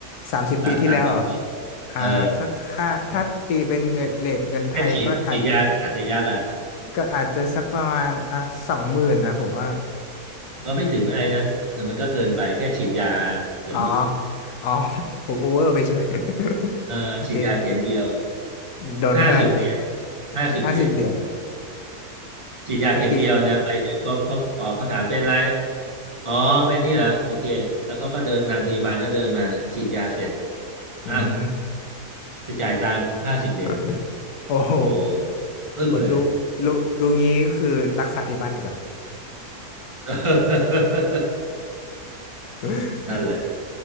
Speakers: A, on the left; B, on the right.
A: สามสิบปีที่แล้วเหรอ
B: สามสิบปี
A: อ่าถ้าค่าถ้าตีเป็นเงินเรทเงินไทยก็อาจ
B: เออแค่ฉีดฉีดยากันบาดทะยักอะ
A: ก็อาจจะสักประมาณอ่ะสองหมื่นนะผมว่า
B: ว่าไม่ถึงไอ้นะเออมันก็เกินไปแค่ฉีดยาเข็ม
A: อ๋ออ๋อ <laughs> ผมโอเวอร์ไปใช่ไหม <laughs>
B: เออฉีดยาเข็มเดียว
A: โอเคโดนไปเท่าไหร่พี่
B: ห้าสิบเหรียญห้าสิบเหรียญ
A: ห้าสิบเหรียญ
B: ฉีดยาเข็มเดียวนะไปถึงก็เขาอ๋อเขาถามเป็นไร
A: ถ้าติ
B: อ๋อเป็นนี่เหรอโอเคแล้วเขาก็เดินนางพยาบาลก็เดินมาฉีดยาเสร็จ
A: อืม
B: อ่ะไปจ่ายตังค์ห้าสิบเหรียญ
A: <laughs> โอ้โห
B: โอ้โหอึ้งเลย
A: โอ้รู้รู้รู้งี้ก็คือรักษาที่บ้านดีกว่า
B: <laughs>
A: <laughs>
B: นั่นแหละ